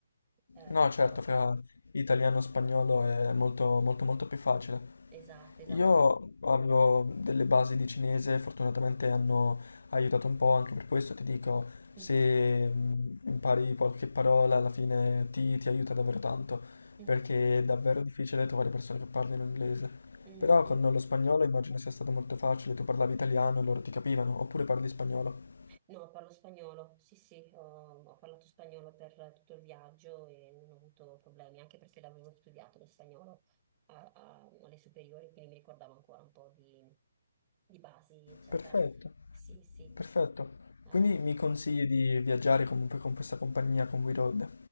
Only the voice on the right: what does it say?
eh,
con
loro.
Esatto, esatto.
Mhm,
mhm,
mm,
mm.
No, parlo spagnolo, sì sì, ho, ho parlato spagnolo per tutto il viaggio e non ho avuto problemi, anche perché l'avevo studiato lo spagnolo a- a- alle superiori, quindi mi ricordavo ancora un po' di, di basi, eccetera.
Sì, sì.
Eh,